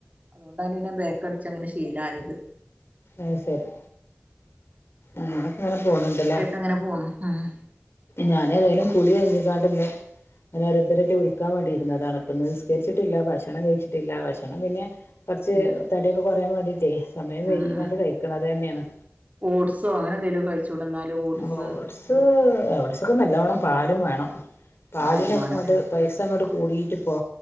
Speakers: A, on the right; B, on the left.
A: അതുകൊണ്ടാന് പിന്നെ ബേക്കടിച്ചങ്ങനെ ശീലായത്
B: അയ്ശരി അങ്ങനൊക്കെങ്ങനെ പോണ് ണ്ട്ല്ലേ
A: അങ്ങനെപോണ് ആഹ്
B: ഞാൻ ഏതായാലും കുളി കഴഞ്ഞിക്കാണ്ടിന്നെ ഞാൻ ഓരോരുത്തരായിട്ട് വിളിക്കാൻ വേണ്ടിയിരുന്നതാണ് പ്പൊന്ന് നിസ്കരിച്ചിട്ടില്ല ഭക്ഷണം കഴിച്ചിട്ടില്ല ഭക്ഷണം പിന്നെ കൊറച്ച്
A: ഉം ഉം
B: തടിയൊക്കെ കൊറയാൻ വേണ്ടിട്ടെ സമയം
A: ഉം
B: വൈകിക്കാണ്ട്
A: ഉം
B: കഴിക്കണം അതന്നെയാണ്
A: ഓട്സോ അങ്ങനെ എന്തെലും കഴിച്ചൂടെ എന്നാല് ഓട്സ്
B: ആ ഓട് സ് അത് ഓട്സൊക്കെ നല്ലോണം പാലും വേണം പാലിനൊക്കെ
A: പാലും വേണല്ലേ
B: കൊണ്ട് പൈസങ്ങോട്ട് കൂടിയിട്ടിപ്പൊ